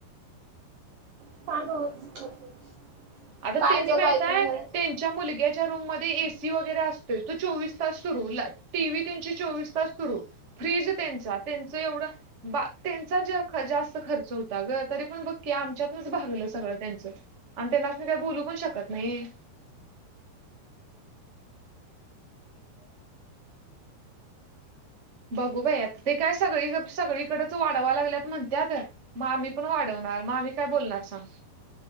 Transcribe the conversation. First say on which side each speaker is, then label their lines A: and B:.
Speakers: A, on the right (about 75°); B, on the right (about 35°).
A: <unintelligible>
B: आता
A: काय
B: त्यांनी
A: गप
B: माहितय
A: ऐकून झालं
B: त्यां च्या मुलग्याच्या रूम मध्ये एसी वगैरे असते तो चोवीस तास सुरू ला टी व्ही त्यांची चोवीस तास सुरू फ्रीज त्यांचा त्यांचं एवढं बा त्यांचा जास्त खर्च होता ग तरी पण बघ क आमच्यातनच भागलं सगळं त्यांच! आणि त्यांना अस काही बोलू पण शकत नाही. बघू बाई आता ते काय सगळी सगळीकडेच वाढाव लागल्यात म्हणते आता. मामी पण वाढवणार मामी काय बोलणार सांग.